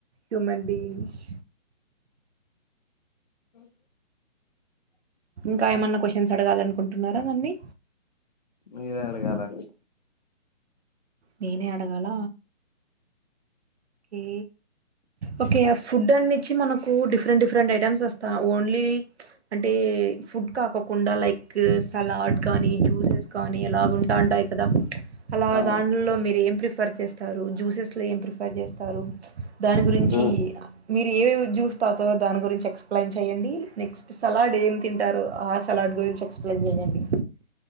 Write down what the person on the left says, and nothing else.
మ్మ్ <inaudible>
మీరే అడగాలండి
అవును
జ్యూస్